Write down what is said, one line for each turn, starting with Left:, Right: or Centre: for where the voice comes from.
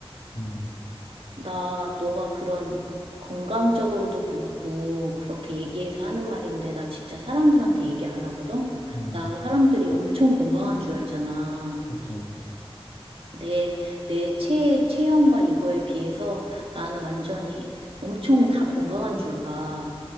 Left: 음,
Right: 나 너가 그런 건강적으로도 그렇고 그렇게 얘기해서 하는 말인데 나 진짜 사람들한테 얘기 안 하거든?
Left: 음,
Right: 나 사람들이 엄청 건강한 줄 알잖아.
Left: 그치. 음,
Right: 내, 내 체, 체형과 이거에 비해서 나는 완전히 엄청 다 건강한 줄 알아.